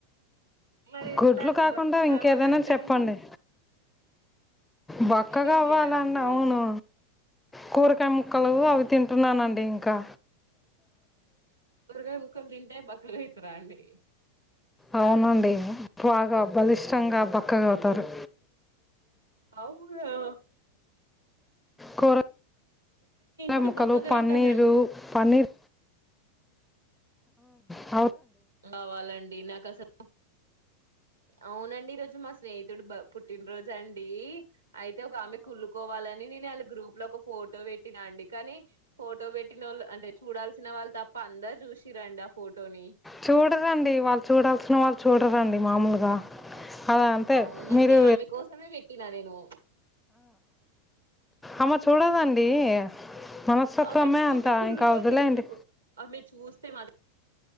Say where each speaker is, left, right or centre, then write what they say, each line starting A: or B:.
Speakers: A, on the right; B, in the centre.
A: మరి ఎట్లా
B: గుడ్లు
A: అండి
B: కాకుండా
A: బక్క కావాలంటారు
B: ఇంకేదైనా చెప్పండి బక్కగా
A: చికెన్
B: అవ్వాలన్న
A: తినండి రోజు
B: అవును కూరకాయ ముక్కలు అవి తింటున్నానండి ఇంకా
A: సొరకాయ ముక్కలు టె బక్కగ అయితారండి
B: అవునండి బాగా బలిష్టంగా బక్కగా అవుతారు
A: అవును
B: కో పల
A: కూడా
B: ముక్కలు
A: బక్కగా
B: పన్నీరు
A: అయితానండి
B: పన్నీర్ అవు
A: కావాలండి నాకు అసలు అవునండి ఈ రోజు మా స్నేహితుడు పుట్టినరోజ అండి అయితే ఒక ఆమె కుల్లుకోవాలని నేను వాళ్ళ గ్రూప్ లో ఒక ఫోటో పెట్టినాండి కానీ ఫోటో పెట్టిన వాళ్ళు అంటే చూడాల్సిన వాళ్ళు తప్ప అందరూ చూసిరండి ఆ ఫోటోని
B: చూడదండి వాళ్ళు చూడాల్సిన వాళ్ళు చూడరు రండి మామూలుగా అలా అంటే
A: అవునండి
B: మీరు
A: ఆమె కోసమే పెట్టినా నేను
B: అమ చూడదండి మనస్తత్వమే
A: ఆమె చూస్తే
B: అంత
A: కుళ్ళుకొని
B: ఇంకా వదిలేయండి
A: చచ్చిపో ఆమె చూస్తే మాత్రం